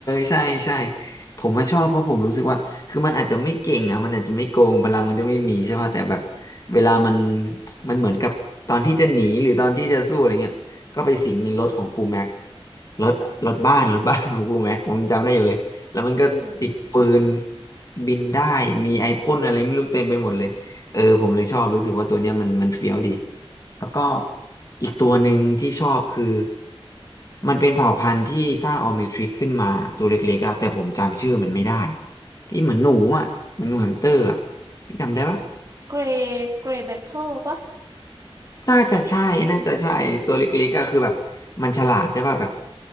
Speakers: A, on the left; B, on the right.
A: ใช่ใช่ ผมมาชอบเพราะผมรู้สึกว่าคือมันอาจจะไม่เก่งอ่ะมันอาจจะไม่โกง พลังมันจะไม่มีใช่ป่ะแต่แบบเวลามันมันเหมือนกับตอนที่จะหนีหรือตอนที่จะสู้อะไรเงี้ยก็ไปสิงในรถของปูแม็กรถรถบ้านรถบ้าน <laughs> ของปูแม็กผมจำได้อยู่เลย แล้วมันก็ติดปืน
B: อืม
A: บินได้มีไอพ่นอะไรไม่รู้เต็มไปหมดเลยเออผมเลยชอบรู้สึกว่าตัวเนี้ยมันมันเฟี้ยวดี แล้วก็อีกตัวหนึ่งที่ชอบคือมันเป็นเผ่าพันธุ์ที่สร้างออร์มิวทริกขึ้นมาตัวเล็กๆอะแต่ผมจำชื่อมันไม่ได้ที่เหมือนหนูอ่ะเหมือนหนูแฮมสเตอร์อ่ะพี่จำได้ปะ
B: เกรย์เกรย์เมทัลปะ
A: น่าจะใช่น่าจะใช่ตัวเล็กๆก็คือแบบมันฉลาดใช่ป่ะแบบ